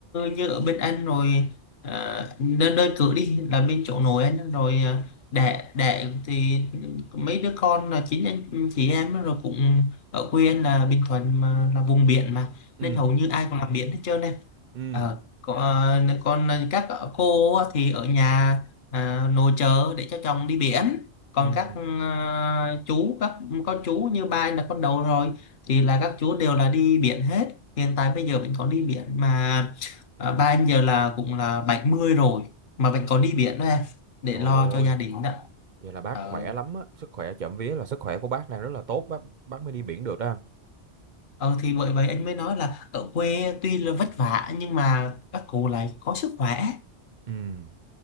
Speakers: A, on the left; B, on the right.
A: như ở bên anh rồi à, đơn đơn cử đi là bên chỗ nội anh ấy, rồi à, đẻ đẻ thì mấy đứa con là chính anh chị em ấy, rồi cũng ở quê anh là Bình Thuận mà là vùng biển mà
B: ừ
A: nên hầu như ai cũng làm biển hết trơn em
B: ừ
A: Ờ, còn, còn các cô á thì ở nhà à, nội trợ để cho chồng đi biển còn
B: ừ
A: các à, chú các con chú như ba anh là con đầu rồi thì là các chú đều là đi biển hết hiện tại bây giờ vẫn còn đi biển mà à, ba anh giờ là cũng là 70 rồi mà vẫn còn
B: ừ.
A: đi biển đó em để
B: trời
A: lo
B: ơi
A: cho gia đình đó
B: vậy là bác
A: ờ
B: khỏe lắm á sức khỏe trộm vía là sức khỏe của bác đang rất là tốt bác bác mới đi biển được đó anh
A: ờ thì bởi vậy anh mới nói là ở quê tuy là vất vả nhưng mà các cụ lại có sức khỏe
B: Ừm,